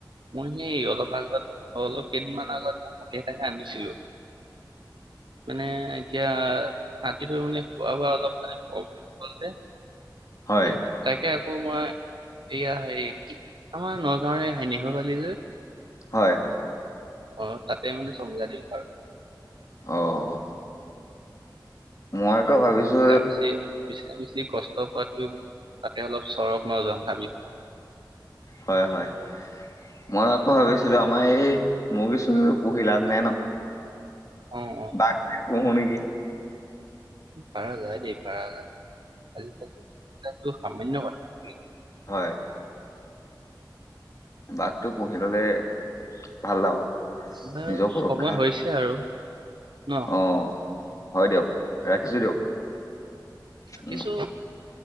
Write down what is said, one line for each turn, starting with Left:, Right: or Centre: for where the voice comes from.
Right: মই সেই অলপ আগত, অলপ কেইদিনমান আগত মই হাতী এটাহে আনিছিলোঁ। <inaudible> মানে এতিয়া, হাতীটো মানে খোৱা-বোৱা অলপ মানে প্ৰব্লেম হ'ল যে
Left: হয়
Right: এ তাকে আকৌ মই এয়া হেৰি, আমাৰ নগাঁৱৰে হয় নিগবালি যে
Left: হয় হয়।
Right: অ' তাতে মানে চম্জাই দিলো আৰু।
Left: অ'। মই আকৌ ভাবিছো
Right: মিছা-মিছি, মিছা-মিছি কষ্ট পোৱাতকেও, তাতে অলপ চৰক ন হাবি
Left: হয় হয়। মই আকৌ ভাবিছিলোঁ, আমাৰ এই মুৰ্গী-সুৰ্গীবোৰ পুহি লাভ নাই ন!
Right: অ অ
Left: বাঘ পুহো নেকি!
Right: পাৰা যায় দেই, পাৰা যায়। আজিকালি এইবিলাক সামান্য কথা।
Left: হয়। বাঘটো পুহি ল'লে ভাল আৰু।
Right: বাৰু
Left: নিজৰ সুৰক্ষা
Right: সময় হৈছে আৰু ন!
Left: অ হয় দিয়ক! ৰাখিছো দিয়ক
Right: কিছু
Left: উম